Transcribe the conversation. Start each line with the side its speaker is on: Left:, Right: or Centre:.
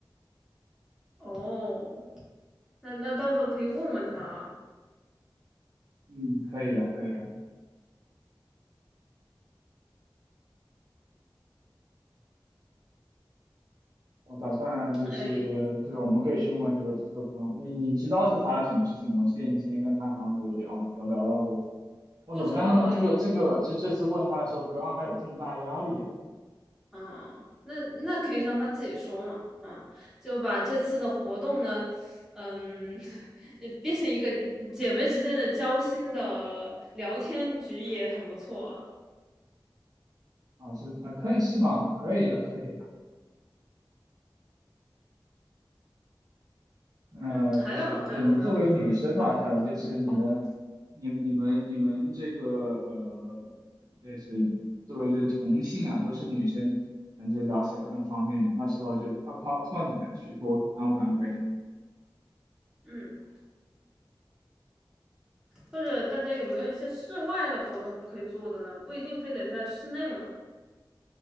Centre: 哦，那那到时候可以问问他，
Right: 嗯，可以啊，可以啊。我打算就是，
Centre: 哎。
Right: 对，我们可以去问问这个这个朋友，你你知道是发生什么事情吗？我记得你之前跟他好像有聊有聊到过。我怎么样让他这个这个这这次问他的时候不让他有这么大压力啊？
Centre: 不知道哎，啊，那那可以让他自己说嘛，啊，就把这次的活动呢，嗯，<laughs> 变成一个姐妹之间的交心的聊天局也很不错啊。
Right: 啊，是啊，可以是吗？可以啊，可以啊那就是对你们作为女生嘛，
Centre: 嗯，还有还有没有什么其他可以玩儿的？
Right: 可能就是你们、你、你们、你们这个呃，就是作为这个同性啊，都是女生，感觉聊起来更方便。那时候就靠靠靠你们去多安慰安慰她。
Centre: 嗯，或者大家有没有一些室外的活动可以做的呢？不一定非得在室内嘛。